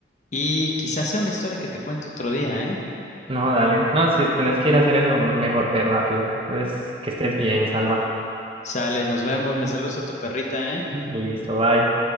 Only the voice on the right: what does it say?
No, dale. No, si tenés que ir a hacer eso, mejor ve rápido. Entonces, que estés bien, Salva.
Listo, bye.